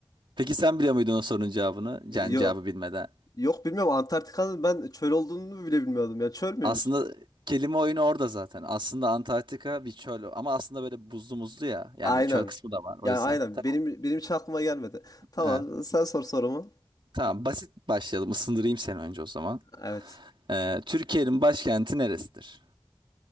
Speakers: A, on the right; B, on the left.
A: Peki sen biliyor muydun o sorunun cevabını?
B: Yok
A: Yani cevabı bilmeden.
B: yok bilmiyorum Antarktika'nın ben çöl olduğunu bile bilmiyordum ya. Çöl müymüş?
A: Aslında kelime oyunu orada zaten. Aslında Antarktika bir çöl ama aslında böyle buzlu muzlu ya. Yani
B: Aynen.
A: çöl kısmı da var o
B: Yani
A: yüzden.
B: aynen.
A: Tamam.
B: Benim benim hiç aklıma gelmedi. Tamam,
A: Evet.
B: sen sor sorumu.
A: Tamam basit başlayalım. Isındırayım seni önce o zaman.
B: Evet.
A: Ee, Türkiye'nin başkenti neresidir?